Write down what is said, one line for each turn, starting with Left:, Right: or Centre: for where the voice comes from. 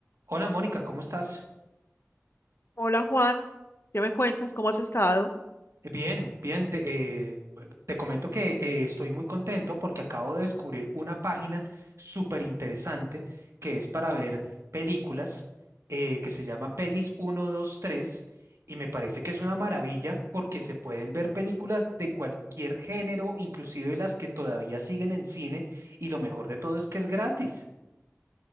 Right: Hola Mónica, ¿cómo estás?
Left: Hola Juan, ¿qué me cuentas? ¿Cómo has estado?
Right: Eh, Bien, bien, te, eh, te comento que eh, estoy muy contento porque acabo de descubrir una página súper interesante que es para ver películas eh, que se llama Pelis 123 y me parece que es una maravilla porque se pueden ver películas de cualquier género, inclusive las que todavía siguen en cine y lo mejor de todo es que es gratis.